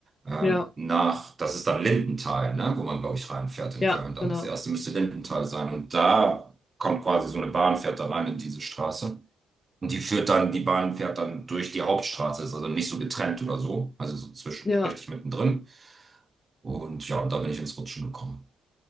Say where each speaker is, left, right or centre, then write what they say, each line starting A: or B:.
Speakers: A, on the right; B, on the left.
A: ähm,
B: Ja,
A: nach, das ist dann Lindenthal, ne? Wo man, glaube ich, reinfährt in
B: ja,
A: Köln. Dann
B: genau.
A: das erste müsste Lindenthal sein. Und da kommt quasi so eine Bahn, fährt da rein in diese Straße. Und die führt dann, die Bahn fährt dann durch die Hauptstraße, ist also nicht so getrennt oder so, also so zwischen,
B: Ja,
A: richtig mittendrin. Und ja, und da bin ich ins Rutschen gekommen.